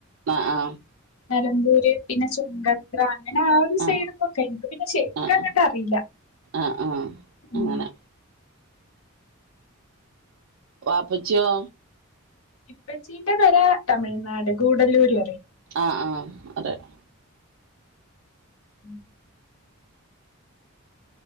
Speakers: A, on the right (about 65°); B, on the left (about 80°).
A: ആ ആ
B: നിലമ്പൂര് പിന്നെ ചുങ്കത്ര അങ്ങനെ ആ ഒരു
A: ആഹ്
B: സൈഡക്കൊക്കെ എനിക്ക് പിന്നെ ശരിക്കും
A: ആഹ്
B: അങ്ങോട്ട്
A: ആഹ്
B: അറിയില്ല
A: ആഹ് ആഹ്
B: ഉ
A: അങ്ങനെ വാപ്പച്ചിയോ
B: ഇപ്പച്ചീന്റെ പേര തമിഴ്നാട് ഗൂഡല്ലൂര് പറിം
A: ആ ആ അറ്യം
B: ഉം